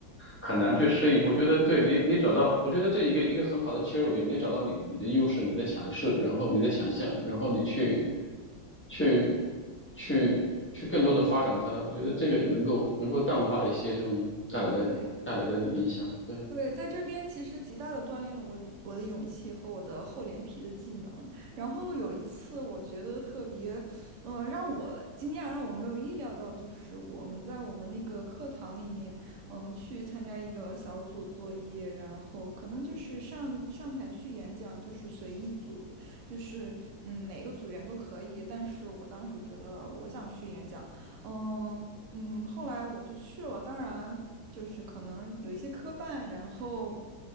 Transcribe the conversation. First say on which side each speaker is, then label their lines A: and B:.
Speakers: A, on the left; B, on the right.
A: 很难去适应。我觉得对你你找到，我觉得这一个一个很好的切入点，你找到你你的优势、你的强势，然后你的强项，然后你去去去去更多的发展它。我觉得这个能够能够淡化一些这种带来的带来的影响，
B: <laughs> 对，
A: 对，
B: 对，在这边其实极大的锻炼了我与我的勇气和我的厚脸皮的技能。然后有一次，我觉得特别，呃，让我惊讶，让我没有意料到，就是我们在我们那个课堂里面，嗯，去参加一个小组作业，然后可能就是上上台去演讲，就是随意组，就是嗯，每个组员都可以。但是我当时觉得我想去演讲，嗯。嗯，后来我就去了，当然就是可能有一些磕绊，然后，